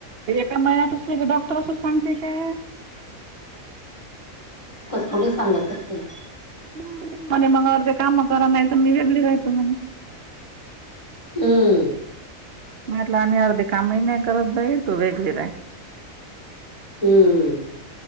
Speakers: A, on the right; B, on the left.
A: का महिनात असले का डॉक्टर असं सांगते काय.
B: थोढ सांगतसते.
A: हं, म्हणे मग अर्धे काम करा नाही तर मी वेगळी राहतो म्हणे.
B: हम्म.
A: मटले आम्ही अर्धे काम मही नाही करत भाई तू वेगळी रा.
B: हम्म